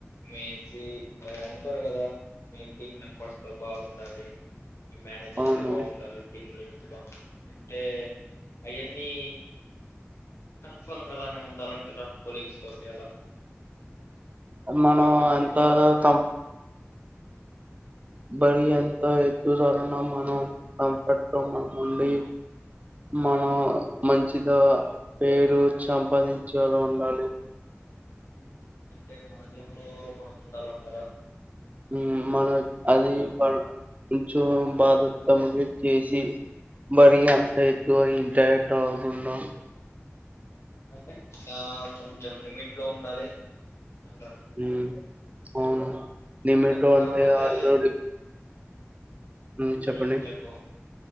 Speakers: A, on the left; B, on the right.
A: మేసి ఉంటరు కదా మీ టీమ్ మెంబర్స్ తో బాగుండాలి. మేనేజర్
B: అవును
A: తో బాగుండాలి టీమ్ లీడ్ అంటే అయన్నీ కన్ఫర్మ్ అలానే ఉండాలంటారా కోలీగ్స్ తోటి అలా
B: మనం
A: పర్ఫెక్ట్‌గా
B: ఎంత
A: మాట్లాడడం.
B: కం బరి ఎంత ఎత్తుదరన్నా మనం కంపట్ మం ఉండి మనం మంచిద
A: అన్
B: పేరు సంపాదించేలా ఉండాలి
A: అంటే మన దూలో మన ఉండాల అంటారా
B: ఉం మనం అది కొంచెం బాధతగా చేసి మరి అంత ఎక్కువ ఇంటర్ట్ అవ్వకుండా
A: అంటే కొంచెం లిమిట్ లో ఉండాలి అంటారు.
B: ఊ అవును నిమిట్
A: క
B: అంటే
A: కాపోతే
B: ఆల్ దోరీ ఉ
A: హ్మ్.
B: చెప్పండి
A: చెప్పు?